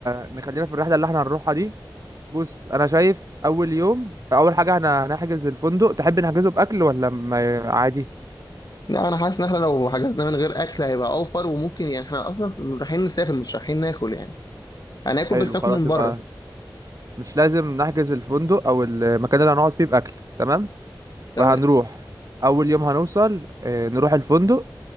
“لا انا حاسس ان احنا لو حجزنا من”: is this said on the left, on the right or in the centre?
Left